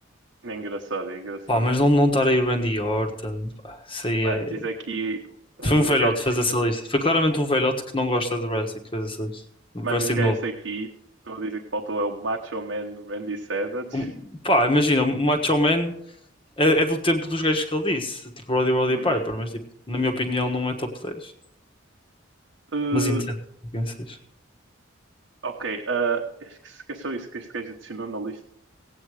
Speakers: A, on the right; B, on the left.
A: É engraçado, é engraçado.
B: Pá, mas não, não estar aí o Randy Orton, pá, isso aí
A: Mano,
B: é.
A: diz aqui um
B: Foi um velhote
A: gesto,
B: fazer essa lista. Foi claramente um velhote que não gosta de wrestling que fez essa lista. Um
A: mano,
B: Wrestling
A: uns gajos
B: novo.
A: aqui, estou a dizer que faltou é o Macho Man Randy Savage.
B: Um- pá, imagina, o Macho Man é, é do tempo dos gajos que ele disse, tipo Roddy Roddy
A: Uhum.
B: Piper, mas tipo, na minha opinião não é top dez
A: Uh,
B: Mas entendo quem seja.
A: ok, uh, acho que se- que é só isso que este gajo adicionou na lista.